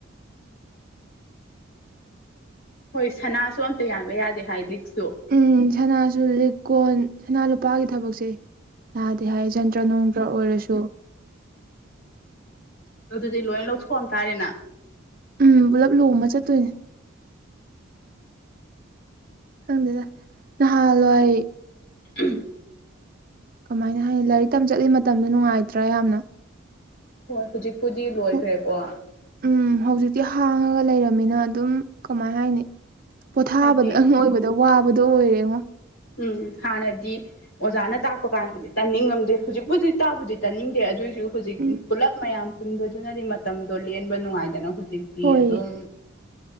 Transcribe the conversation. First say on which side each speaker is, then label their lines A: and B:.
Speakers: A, on the left; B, on the right.
A: ꯍꯣꯏ ꯁꯅꯥꯁꯨ ꯑꯝꯇ ꯌꯥꯟꯕ ꯌꯥꯗꯦ ꯍꯥꯏ ꯂꯤꯛꯁ
B: ꯎ ꯁꯅꯥꯁꯨ ꯂꯤꯛꯀꯣꯟ ꯁꯅꯥ ꯂꯨꯄꯥꯒꯤ ꯊꯕꯛꯁꯦ ꯅꯥꯗꯤ ꯍꯥꯏ ꯖꯟꯗ꯭ꯔ ꯅꯨꯡꯗ꯭ꯔ ꯑꯣꯏꯔꯁꯨ
A: <inaudible> ꯑꯗꯨꯗꯤ ꯂꯣꯏ ꯂꯧꯊꯣꯛꯑꯝꯇꯥꯥꯔꯦꯅ
B: ꯎꯝ ꯄꯨꯂꯞ ꯂꯨꯃ ꯆꯠꯇꯣꯏꯅꯦ ꯈꯪꯗꯦꯗ ꯅꯍꯥꯟꯋꯥꯏ
A: ꯎꯝ
B: ꯑꯗꯨꯃꯥꯏꯅ ꯍꯥꯏ ꯂꯥꯏꯔꯤꯛ ꯇꯝ ꯆꯠꯂꯤ ꯃꯇꯝꯗꯣ ꯅꯨꯡꯉꯥꯏꯇ꯭ꯔꯥ ꯌꯥꯝꯅ
A: ꯍꯣꯏ ꯍꯧꯖꯤꯛꯄꯨꯗꯤ ꯂꯣꯏꯈ꯭ꯔꯦꯀꯣ
B: ꯍꯧ- ꯎꯝ ꯍꯧꯖꯤꯛꯇꯤ ꯍꯥꯡꯉꯒ ꯂꯩꯔꯕꯝꯃꯤꯅ ꯑꯗꯨꯝ ꯀꯃꯥꯏ ꯍꯥꯏꯅꯤ ꯄꯣꯊꯥꯕꯗ
A: ꯍꯥꯏꯗꯤ
B: ꯑ ꯑꯣꯏꯕꯗ ꯋꯥꯕꯗꯣ ꯑꯣꯏꯔꯦ ꯌꯦꯉꯣ
A: ꯎꯝ ꯍꯥꯟꯅꯗꯤ ꯑꯣꯖꯥꯅ ꯇꯥꯛꯄ ꯀꯥꯟꯗꯗꯤ ꯇꯥꯅꯤꯡꯉꯝꯗꯦ ꯍꯧꯖꯤꯛꯄꯨ ꯍꯧꯖꯤꯛ ꯇꯥꯕꯨꯗꯤ ꯇꯥꯅꯤꯡꯗꯦ ꯑꯗꯨꯑꯣꯏꯁꯨ ꯍꯧꯖꯤꯛ
B: ꯎꯝ
A: ꯄꯨꯜꯂꯞ ꯃꯌꯥꯝ ꯄꯨꯟꯕꯗꯨꯅꯗꯤ ꯃꯇꯝꯗꯣ ꯂꯦꯟꯕ ꯅꯨꯡꯉꯥꯏꯗꯅ ꯍꯧꯖꯤꯛꯇꯤ
B: ꯍꯣꯏ
A: ꯑꯗꯨꯝ